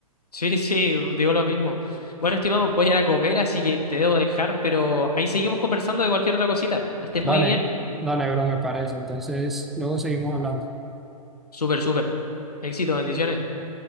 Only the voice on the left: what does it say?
Sí, sí, digo lo mismo. Bueno, estimado, voy a ir a comer, así que te debo dejar, pero ahí seguimos conversando de cualquier otra cosita. Que estés
muy bien.
Súper, súper. Éxito, bendiciones.